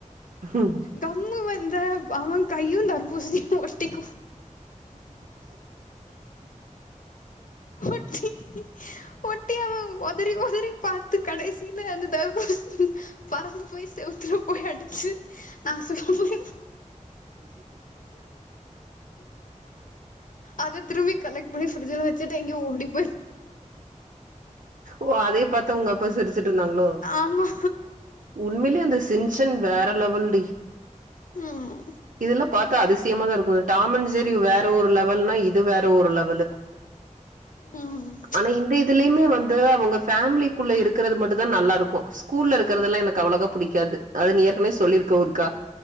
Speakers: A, on the right (about 80°); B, on the left (about 80°).
A: ம்.
B: கம்மு வந்த அவன் கையு தர்பூசணியு ஒட்டிக்கு ஒட்டி ஒட்டி அவ ஒதரி ஒதரி பாத்து கடைசியில அந்த தர்பூசணி பறந்து போய் செவுத்துல போய் அடிச் சு நாசனமா போயிரு அத திரும்பி கலெக்ட் பண்ணி ஃப்ரிட்ஜ்ல வெச்சுட்டு எங்கயோ ஓடிப்
A: ஓ அதயு பாத்து உங்க அப்பா சிரிச்சுட்டு இருந்தாங்ளோ
B: ஆமா
A: உண்மையிலே அந்த சின்சன் வேற லெவல்டி
B: ம்
A: இதெல்லா பாத்தா அதிசயமா தா இருக்கு டாமன் ஜெரி வேற ஒரு லெவல்ன்னா இது வேற ஒரு லெவலு
B: ம்
A: ஆனா இந்த இதுலயுமே வந்து அவங்க ஃபேமிலிக்குள்ள இருக்கிறது மட்டு தா நல்லா இருக்கு கூல்ல இருக்கதெல்லா எனக்கு அவ்ளோகா புடிக்காது அது நீ ஏற்கனவே சொல்லிருக்க ஒருக்கா